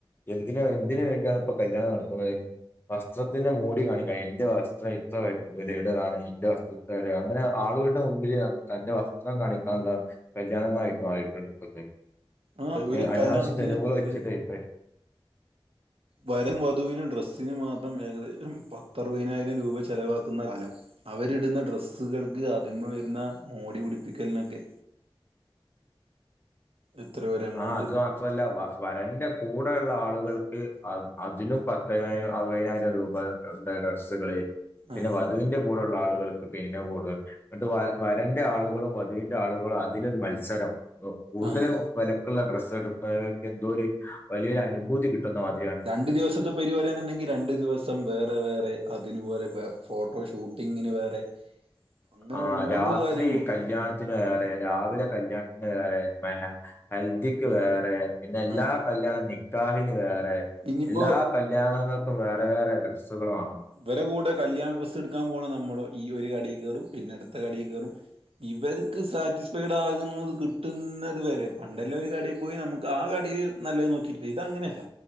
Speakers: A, on the left (about 25°); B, on the right (about 90°).
A: എന്തിന എന്തിന് വേണ്ടിയാണ് ഇപ്പോ കല്യാണം നടത്തുന്നത് വസ്ത്രത്തിന്റെ മൂടി കാണിക്കാൻ എന്റെ വസ്ത്രം ഇത്രവിലയുടെയാ ണ് എന്റെ വസ്ത്രം ഇത്ര അങ്ങനെ ആ- ആളുകളുടെ മുൻപില് തന്റെ വസ്ത്രം കാണിക്കാനുള്ള പ്രചാരണങ്ങളായിട്ട് മാറിയിട്ടുണ്ട് ഇപ്പോഴത്തെേ
B: ആഹ്
A: ങേ
B: ഒരു
A: അനാവശ്യ
B: കല്യാണത്തിന്
A: ചെലവുകൾ
B: ഒരു
A: വെച്ചിട്ടേ ഇപ്പ-
B: വരൻ വധുവിനും ഡ്രെസ്സിന് മാത്രം ഏകദേശം- പത്തറുപതിനായിരം രൂപ ചെലവാക്കുന്ന കാലം അവരിടുന്ന ഡ്രസ്സുകൾക്ക് അതിമ വരുന്ന- മോടി പിടിപ്പിക്കലിനൊക്കെ എത്രയോ ഒരു എമൗണ്ട്
A: ആ അത് മാത്രല്ല വരന്റെ കൂടെയു ള്ള ആളുകൾക്ക്ആ അതിലും പത്തം അറുപതിനായിരം രൂപ യുടെ ഡ്രസ്സുകള് പിന്നെ
B: ആഹ്
A: വധുവിന്റെ കൂടെ- ആളുകൾക്ക് പിന്നെ കൂടുൽ എന്നിട്ട് വരന്റെ ആളുകളും വധുവിന്റെ ആളുകളും അതിലൊരു മത്സരം കൂടുതലും
B: ആഹ്
A: വിലക്കുള്ള ഡ്രസ്സ് എടുക്കുന്നെ എന്തോ ഒരു വലിയൊരു അനുഭൂതി കിട്ടുന്ന മാതിരി
B: രണ്ടു ദിവസത്തെ പരിപാടി ആണെ ന്നുണ്ടെങ്കിൽ രണ്ടു ദിവസം വേറെ വേറെ അതിനപോലെ ഫോട്ടോ ഷൂട്ടിങ്ങിന് വേറെ അങ്ങനെ
A: ആ
B: ഓരോ
A: രാത്രി
B: കാര്യങ്ങളും
A: കല്യാണത്തിന്റെവേറെ രാവിലെ കല്യാണ വേറെ മെഹ ഹൽദിക്ക് വേറെ പിന്നെ എല്ലാ
B: ആഹ്
A: കല്യാണം നിക്കാഹിന് വേറെ
B: ഇനിയിപ്പോ
A: എല്ലാ കല്യാണങ്ങൾക്കും വേറെ വേറെ ഡ്രെസ്സുകളമാണ്
B: ഇവരെ കൂടെ കല്യാണഡ്രസ്സ്‌ എടുക്കാൻ പോണ നമ്മൾ ഈ ഒരു കടയിൽ കയറും പിന്നെ അടുത്ത കടയിൽ കയറും ഇവ- ശരിക്കും സാറ്റിസ്ഫൈഡ ആകുന്നത് കിട്ടുന്നത് വരെ പണ്ടെല്ലാം ഒരു കടയിൽ പോയി നമുക്ക് ആ കടയിൽ നല്ല നോക്കിരിക്ക ഇത് അങ്ങനെയല്ല